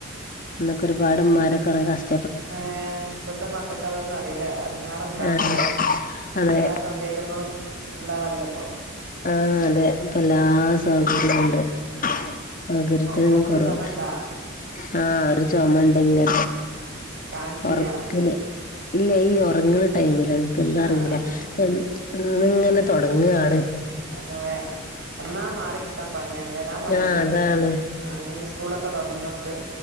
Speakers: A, on the left (about 40°); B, on the right (about 60°).
A: അന്നൊക്കെ ഒരുപാട് ഉമ്മാരെ കൊറെ കഷ്
B: ഏർ ഇപ്പത്തെ മക്കക്ക് അതൊന്നും അറിയില്ല എടങ്ങേറ് എന്താന്നൊള്ളത്.
A: ആഹ് അതെ
B: എല്ലാ സൗകര്യങ്ങളും ഉള്ളതല്ല ഇപ്പൊ.
A: ആ അതെ ഇപ്പ എല്ലാ സൗകര്യങ്ങളും ഉണ്ട് സൗകര്യത്തിനൊന്നും
B: മോക്ക്
A: കൊറവില്ല.
B: ചൊമണ്ടാ
A: ആ ഒരു ചൊമ ഉണ്ടെങ്കി
B: കാണിച്ചീനാ
A: ഒറക്കല്. ഇല്ല ഈ ഒറങ്ങണ ടൈമില് എനക്ക് എന്താ
B: ആഹ്
A: അറിയൂല
B: ആഹ്
A: ഓ ഇന്ന് ഇങ്ങനെ തൊടങ്ങുകാണ്.
B: ആകവെ എന്നാ മാറിക്കിട്ട്. മൊത്തം പണിയാണ് വരാൻ പണിയില്ല
A: ആഹ് അതാണ്
B: ആ ഇനിപ്പം സ്കൂളൊക്കെ തൊടങ്ങിയോടത്ത്.